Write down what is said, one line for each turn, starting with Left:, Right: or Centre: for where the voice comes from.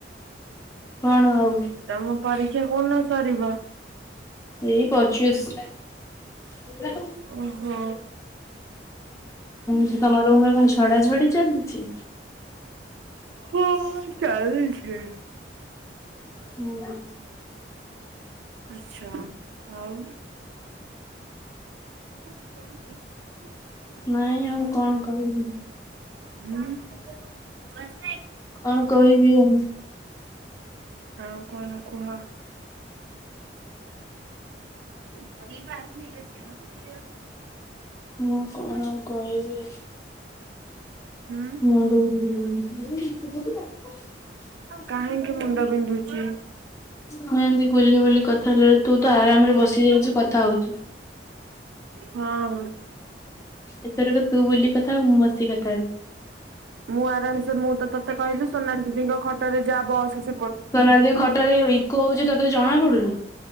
Left: କଣ ଆଉ
Right: ତମ ପରୀକ୍ଷା କୋଉଦିନ ସରିବ?
Left: ଏଇ ପଚିଶ <unintelligible>
Right: ଓହୋ
Left: ସେ କମରମରେ ଝଡାଝଡି ଚାଲିଛି।
Right: ହଁ ଚାଲିଛି।
Left: ହୁଁ।
Right: ଆଛା ଆଉ ହ <unintelligible>
Left: ନାଇଁ ଆଉ କଣ କହିବି?
Right: ହୁଁ।
Left: କଣ କହିବି ଆଉ
Right: ଆଉ କଣ କୁହ? ପ ବାହାରିଲିଲଛି <unintelligible>
Left: ହଁ କଣ ଆଉ କହିବି?
Right: ହୁଁ
Left: ମୁଣ୍ଡ ବିନ୍ଧିଲାଣି।
Right: କାହିଁକି ମୁଣ୍ଡ ବିନ୍ଧୁଛି?
Left: ମୁ ଏମିତି ବୁଲି ବୁଲି କଥା ହେଲା ତୁ ତୁ ଆରାମ ରେ ବସି ଯାଉଛୁ କଥା ହୋଉଚୁ।
Right: ହଁ।
Left: ଏଥରକ ତୁ ବୁଲ କଥା ମୁଁ ବସିିକି କଥା
Right: ମୁଁ ଆରାମସ ମୁଁ ତ ତତେ କହିଲି ସୋନା ଦିଦିଙ୍କ ଖଟରେ ଯା ବ ସେ
Left: ସୋନାଲଦ ଖଟାରେ ଇକୋ ହୋଉଚି ତତେ ଜଣା ପଡୁନୁ।